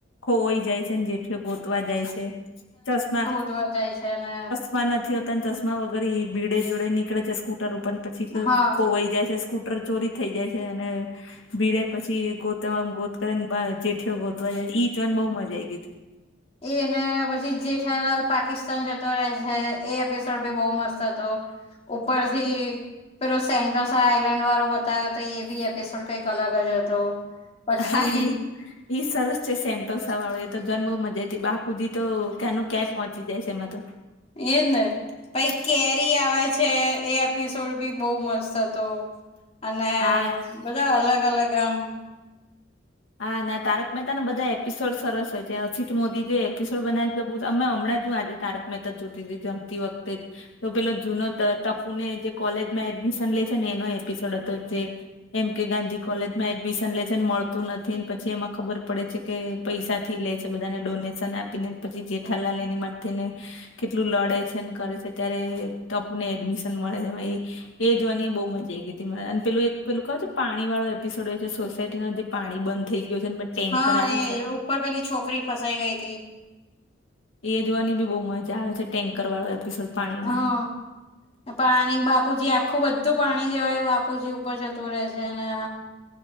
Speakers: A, on the left (about 75°); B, on the left (about 30°).
A: ખોવાઈ જાય છે ને જેઠયો ગોતવાઈ જાય છે ચશ્મા
B: જોવા જાય છે અને
A: ચમા નથી હોતા ને ચશમા વગર એ ભીડે જોડે નીકળે છે સ્કૂટર ઉપર પછી
B: હા
A: કોઈ જાય છે સ્કૂ ટર ચોરી થઈ જાય છે અને ભીડે પછી ગોતમમ ગોત કરી ને બ જેઠીઓ ગોતવા જાય ઈ જોઈને બહુ મજા આ આવી ગઈ તી
B: એને પછી જેઠલાલ પાકિસ તન જતો રહે છે એ એપિસોડ ભી બહુ મસ્ત હતો ઉપરથી પેલો સેન્ટોસા આઈલેન્ડ વાળું બતાવ્યો તો એ બી એપિસોડ કઈ કલાગજ હતો પછી
A: હાઈ ઈ સરસ છે સેન્ટોસ વાળો એ તો જન બહુ મજા હતી બાપુજી તો કેનું ક્યાં પહોંચી જાય છે એમાં તો
B: એ જને પઈ કેરી આવે છે એ એપિસોડ બી બહુ મસ્ત હતો અને
A: હા
B: બધા અલગ અલગ આમ
A: હા ના મહેતાને બધા સરસ હોય છે અસિત મોદી જે એપિસોડ બનાવી બ અમે હમણાં જો આજે તારક મહેતા જ જોતીથી જમતી વખતે તો પેલો જૂનો ત ટાપુને જે કોલેજમાં એડમિશન લે છે ને એનો એપિસોડ હતો જે એમ કે ગાંધી કોલેજ માં એડમિશન લે છે મળ તું નથી પછી એમાં ખબર પડે છે કે પૈસા થી લે છે બધાને ડોનેશન આપી ને પછી જેઠાલાલ એની મા તે ને કેટલું લડે છે કરે છે ત્યારે ટપુને એડમિશન મળે છે ભાઈ એ જોવાની એ બહુ મજા આઈ ગઈ હતી મને અને પેલું એક પેલું કેહેય છે પાણી વાળો એપિસોડ છે સોસાયટીનો જે પાણી બંધ થઈ ગયો છે ને ટેન્કર
B: હા
A: આવે
B: એ
A: છે
B: ઉપર પેલી છોકરી ફસાઈ ગઈ હતી
A: એ જવાની બી બહુ મજા આવે છે ટેન્કર વાળો એપિસોડ પાણીના
B: હા પાણી બાપુજી આખું બધું પાણી જેવાય બાપુજી ઉપર જતું રહે છે અને